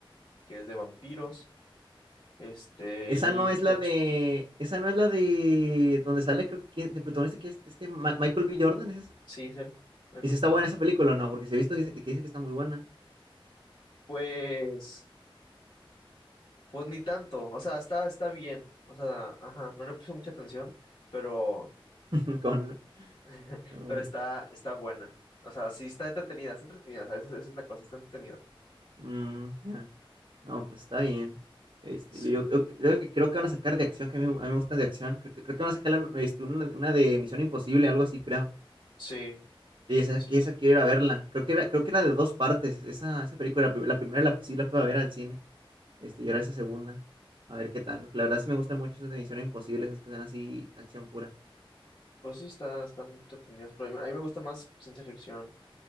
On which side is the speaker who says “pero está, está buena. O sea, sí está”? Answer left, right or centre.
Left